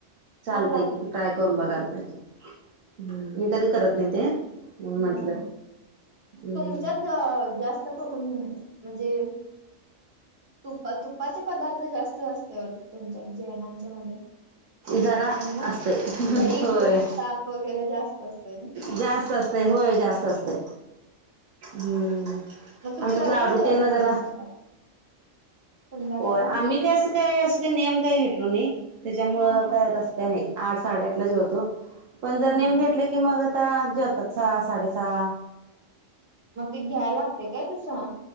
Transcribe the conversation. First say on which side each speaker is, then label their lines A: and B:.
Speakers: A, on the right (about 80°); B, on the right (about 50°).
A: चालतंय
B: छान लागते
A: की ट्राय
B: ती
A: करून
B: हो
A: बघायला पाहिजे. <unintelligible> एखादी कधी करत नाय ते. म्हणून म्हंटलं
B: हा हा
A: हम्म
B: तुमच्यात ज जास्त करून हम्म म्हणजे तुपा तुपाचे पदार्थ जास्त असते तुमच्या जेवणांच्या मध्ये.
A: जरा
B: होय ना
A: असतय
B: दही,
A: होय
B: तूप, ताक वगैरे जास्त असते नाही.
A: जास्त असतय होय जास्त असतय हम्म.
B: मग तुम्ही
A: आमच्यात
B: लवकर
A: लाडू
B: जेवत
A: तेन ला
B: असेल
A: जरा
B: सकाळ संध्याकाळी
A: होय आम्ही काय असं काय असं काही नेम काय घेतलो नाही त्याच्यामूळं
B: हा हा
A: ताय तस क नाही आठ साडे आठला जेवतो पण जर
B: हा
A: नेम
B: हा
A: घेतलं कि मग आता जेवतात सहा साडे सहा.
B: मग ते घ्याय लागतय काय तसं?